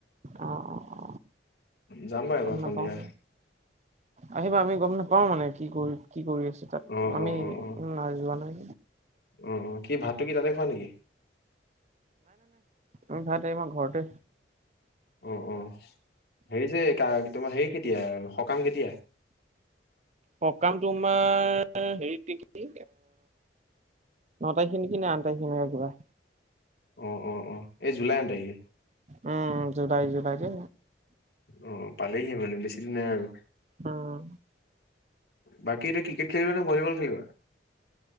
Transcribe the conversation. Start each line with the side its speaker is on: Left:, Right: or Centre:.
Right: অ অ অ
Left: যাম বাৰু এইবাৰ
Right: গম নাপাওঁ
Left: সন্ধিয়া
Right: আহিবা আমি গম নাপাওঁ মানে কি কৰি কি কৰি আছে তাত
Left: অ
Right: আমি
Left: অ অ অ
Right: উ যোৱা নাই।
Left: অ কি ভাতটো কি তাতে খোৱা নেকি?
Right: এ ভাত এই মই ঘৰতে
Left: অ অ হেৰি যে কাৰ তোমাৰ হেৰি কেতিয়া সকাম কেতিয়া?
Right: সকাম তোমাৰ হেৰিত নেকি এ খিন কি না আনটখিনি এ কিবা
Left: অ অ অ এই জুলাই আঠ তাৰিখে
Right: উম জুলাই জুলাইতে
Left: অ পালেহি মানে বেছি দিন নাই আৰু
Right: উম
Left: বাকী এতিয়া ক্ৰিকেট খেলিবা নে ভলীবল খেলিবা